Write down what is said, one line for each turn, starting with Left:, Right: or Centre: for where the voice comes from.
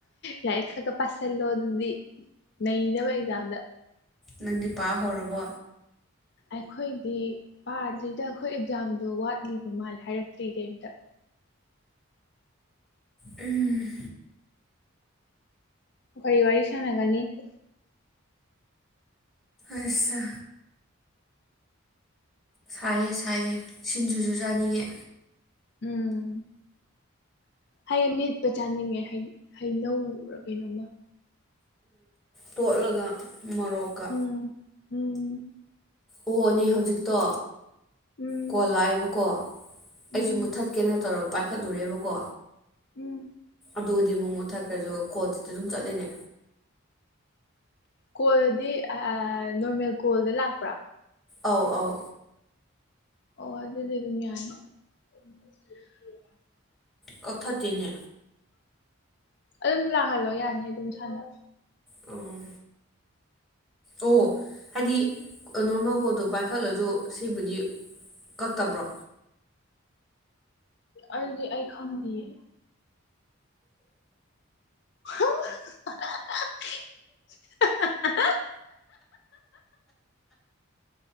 Left: ꯂꯥꯏꯔꯤꯛ ꯈꯔ ꯈ ꯄꯥꯁꯤꯜꯂꯣ ꯑꯗꯨꯗꯤ ꯅꯩꯅꯕ ꯑꯦꯛꯖꯥꯝꯗ
Centre: ꯅꯪꯗꯤ ꯄꯥ ꯍꯧꯔꯕꯣ
Left: ꯑꯩꯈꯣꯏꯗꯤ ꯄꯥꯗ꯭ꯔꯤꯗ ꯑꯩꯈꯣꯏ ꯑꯦꯛꯖꯥꯝꯗꯣ ꯋꯥꯠꯂꯤꯕ ꯃꯥꯜꯂꯦ ꯍꯥꯏꯔꯛꯇ꯭ꯔꯤ ꯀꯩꯝꯇ
Centre: ꯎꯝ
Left: ꯥꯀꯥꯔꯤꯔꯤ ꯋꯥꯔꯤ ꯁꯥꯟꯅꯒꯅꯤ
Centre: ꯑꯁ ꯁꯥꯏꯌꯦ ꯁꯥꯏꯌꯦ ꯁꯤꯟꯖꯨꯁꯨ ꯆꯥꯅꯤꯡꯉꯦ
Left: ꯎꯝ ꯍꯩ ꯃꯦꯠꯄ ꯆꯥꯅꯤꯡꯉꯦ ꯍꯩ ꯍꯩꯅꯧꯔ ꯀꯩꯅꯣꯝꯃ
Centre: ꯇꯣꯠꯂꯒ ꯃꯣꯔꯣꯛꯀ
Left: ꯎꯝ ꯎꯝ
Centre: ꯑꯣꯍꯣꯅꯦ ꯍꯧꯖꯤꯛꯇꯣ
Left: ꯎꯝ
Centre: ꯀꯣ ꯂꯥꯛꯑꯦꯕꯀꯣ ꯑꯩꯁꯨ
Left: ꯎꯝ
Centre: ꯃꯨꯠꯊꯠꯀꯦꯅ ꯇꯧꯔ ꯄꯥꯏꯈꯠꯂꯨꯔꯦꯕꯀꯣ
Left: ꯎꯝ
Centre: ꯑꯗꯨꯒꯗꯤ ꯃꯣꯛ ꯃꯣꯠꯛꯈ꯭ꯔꯦ ꯑꯗꯨꯒ ꯀꯣꯜꯁꯤꯤ ꯑꯗꯨꯝ ꯆꯠꯂꯦꯅꯦ
Left: ꯀꯣꯜꯗꯤ ꯅꯣꯔꯃꯦꯜ ꯀꯣꯜꯗ ꯂꯥꯛꯄ꯭ꯔꯥ
Centre: ꯑꯧ ꯑꯧ
Left: ꯑꯣ ꯑꯗꯨꯗꯤ ꯑꯗꯨꯝ ꯌꯥꯅꯤ ꯎ <inaudible>
Centre: ꯀꯛꯊꯠꯇꯦꯅꯦ
Left: ꯑꯗꯨꯝ ꯂꯥꯛꯍꯜꯂꯣ ꯌꯥꯅꯤ ꯑꯗꯨꯝ ꯁꯥꯥꯟꯅ
Centre: ꯑꯣ ꯑꯣ ꯍꯥꯏꯗꯤ ꯅꯣꯔꯃꯜ ꯀꯣꯗꯣ ꯄꯥꯏꯈꯠꯂꯁꯨ ꯁꯤꯕꯨꯗꯤ ꯀꯛꯇꯕ꯭ꯔꯣ
Left: ꯑꯗꯨꯗꯤ ꯑꯩ ꯈꯪꯗꯦꯌꯦ <inaudible>